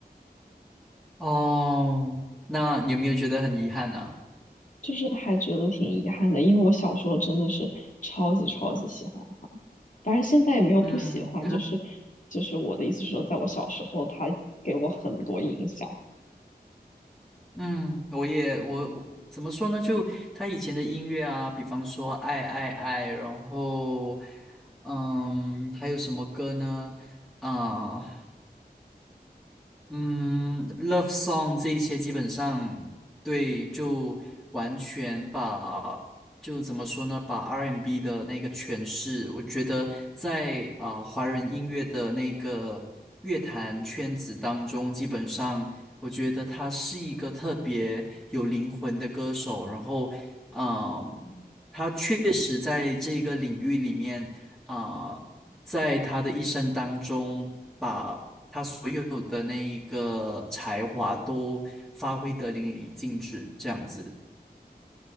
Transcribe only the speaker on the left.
就是还觉得挺遗憾的，因为我小时候真的是超级超级喜欢，当然现在也没有不喜欢，
就是就是我的意思是说，在我小时候，他给我很多影响。